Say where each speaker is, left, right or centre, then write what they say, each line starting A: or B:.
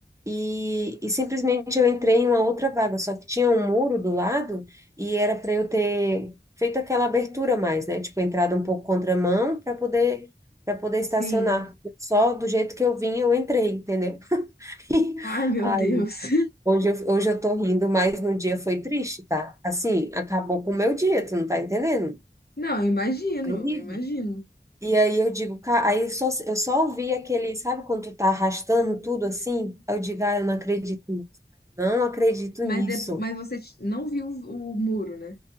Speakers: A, on the right; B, on the left.
A: e, e simplesmente eu entrei em uma outra vaga, só que tinha um muro do lado e era para eu ter feito aquela abertura mais, né, tipo, entrada um pouco contramão para poder, para poder
B: sim.
A: estacionar. Só do jeito que eu vim, eu entrei, entendeu? <laughs>
B: Ai, meu
A: Aí
B: Deus. <laughs>
A: Hoje eu, hoje eu tô rindo, mas no dia foi triste, tá? Assim, acabou com o meu dia, tu não tá entendendo?
B: Não, eu imagino,
A: Foi horrível.
B: eu imagino.
A: E aí eu digo, cara, aí só, eu só ouvi aquele, sabe quando tu tá arrastando tudo assim? Aí eu digo, ah, eu não acredito nisso. Não acredito
B: Mas
A: nisso.
B: depois, mas você t- não viu o o muro, né?